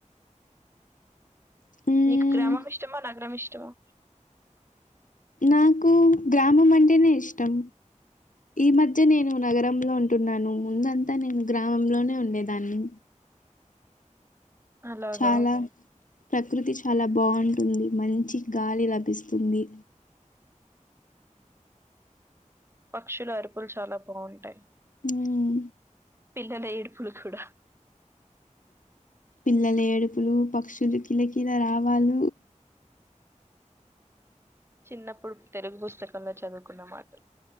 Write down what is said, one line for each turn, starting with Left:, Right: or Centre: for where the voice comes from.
Left: మ్మ్
Right: నీకు గ్రామం ఇష్టమా నగరం ఇష్టమా
Left: నాకు గ్రామం అంటేనే ఇష్టం ఈ మధ్య నేను నగరంలో ఉంటున్నాను ముందంతా నేను గ్రామంలోనే ఉండేదాన్ని
Right: అలాగా
Left: చాలా ప్రకృతి చాలా బాగుంటుంది మంచి గాలి లభిస్తుంది
Right: పక్షులు అరుపులు చాలా బాగుంటాయి
Left: మ్మ్
Right: పిల్లా లుఎడుపులు కు డ
Left: పిల్లల ఏడుపులు పక్షులు కిల కీల రావాాల
Right: చిన్నప్పుడు తెలుగు పుస్తకంలో చదువుకున్న మాటలు